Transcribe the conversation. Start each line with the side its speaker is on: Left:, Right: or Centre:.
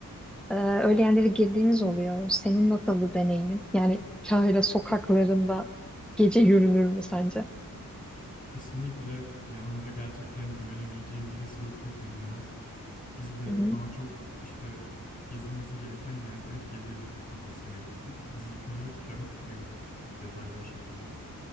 Centre: ee, öyle yerlere girdiğimiz oluyor. Senin nasıldı deneyimin? Yani Kahire sokaklarında gece yürünür mü sence?
Left: Kesinlikle yanında gerçekten güvenebileceğin birisi yoksa yürünmez. Biz de
Centre: Hı hı.
Left: daha çok işte gezilmesi gereken yerleri gezelim kafasıyla gittik. Biz ilk önce piramit turu yaptık çok detaylı bir şekilde.